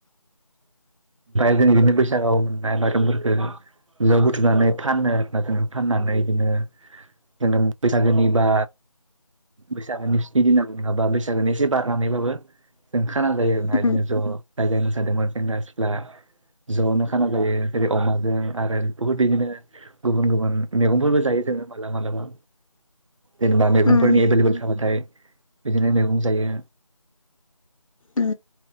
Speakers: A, on the right; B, on the left.
A: जों बिदिनो बैसागाव मा-माइरंफोरखो ज' बुथुनानै फाननो आरोना जोङो फाननानै बिदिनो जोङो बैसागोनिबा बैसागोनि स्नि दिनाव नङाबा बैसागोनि एसे बारनानैबाबो जों खाना जायो
B: उम
A: आरोहायनो ज' जादोंमोन सेंग्रा सिख्ला ज'नो खाना ए जेनेबा हाजों आरो बहुत इनिफायनो गुबुन गुबुन मैगंफोरबो जायो जोङो मालाबा मालाबा। जेनेबा मैगंफोरनि
B: उम
A: एभेलेबेल थाबाथाय। बिदिनो मेगं जायो।
B: उ